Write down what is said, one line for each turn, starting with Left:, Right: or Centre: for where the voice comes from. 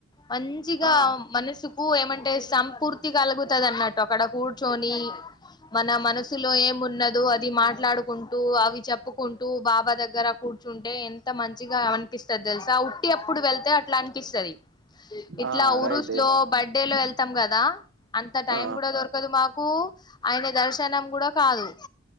Left: మంచిగా
Right: ఆ
Left: మనసు ఉప్పు ఏమంటే సంపూర్తి కలుగుతుంది అన్నట్టు అక్కడ కూర్చొని మన మనసులో ఏం ఉన్నదో అది మాట్లాడు కుంటూ అవి చెప్పుకుంటూ బాబా దగ్గర కూర్చుంటే ఎంత మంచిగా అనిపిస్తుంది తెలుసా ఇ అప్పుడు వెళ్తే అట్లా అనిపిస్తుది ఇట్లా
Right: ఆ
Left: ఊరూస్లో
Right: రైటే
Left: బర్త్డే లో వెళ్తాం కదా అంత టైం
Right: ఆ
Left: కూడా దొరకదు మాకు ఆయన దర్శనం కూడా కాదు